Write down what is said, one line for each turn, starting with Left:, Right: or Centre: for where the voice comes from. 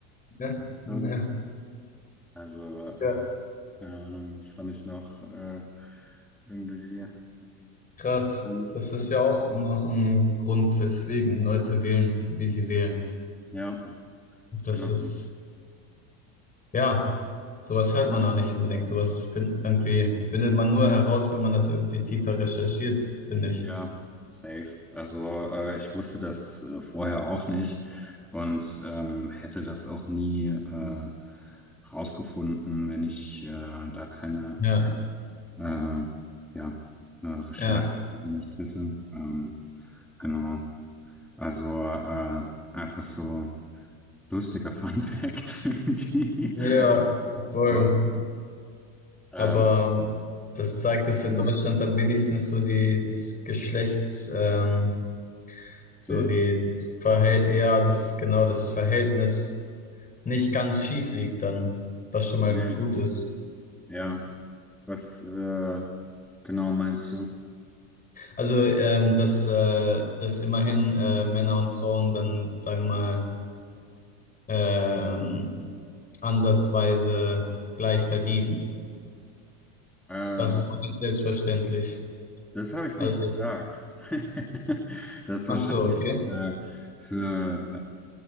Left: Ja, ja,
Centre: und also, äh,
Left: ja.
Centre: keine Ahnung, das fand ich noch äh, irgendwie äh,
Left: Krass.
Centre: interessant.
Left: Das ist ja auch noch ein Grund, weswegen Leute wählen, wie sie wählen.
Centre: Ja,
Left: Das
Centre: genau.
Left: ist, ja, sowas hört man auch nicht unbedingt. Sowas find, irgendwie findet man nur heraus, wenn man das irgendwie tiefer recherchiert, finde ich.
Centre: Ja, safe. Also äh, ich wusste das äh, vorher auch nicht und ähm, hätte das auch nie äh, rausgefunden, wenn ich äh, da keine
Left: Ja,
Centre: äh, ja, äh, Recherche
Left: ja.
Centre: zu gemacht hätte. Ähm, genau. Also äh, einfach so lustiger Fun Fact <laughs> irgendwie.
Left: Ja, voll.
Centre: Und, ähm,
Left: Aber das zeigt,
Centre: hast
Left: dass
Centre: du
Left: in Deutschland
Centre: ein
Left: dann wenigstens so die das Geschlechts, ähm, so
Centre: Bild?
Left: die das Verhält ja, das genau das Verhältnis nicht ganz schief liegt dann, was schon mal
Centre: Nee.
Left: gut ist.
Centre: Ja. Was äh, genau meinst du?
Left: Also ähm, dass äh, dass immerhin äh, Männer und Frauen dann sagen wir mal ähm, ansatzweise gleich verdienen,
Centre: Äh,
Left: das ist auch nicht selbstverständlich.
Centre: Das habe ich
Left: Also
Centre: nicht gesagt. <laughs> Das ist
Left: ach
Centre: wahrscheinlich
Left: so, okay,
Centre: äh, für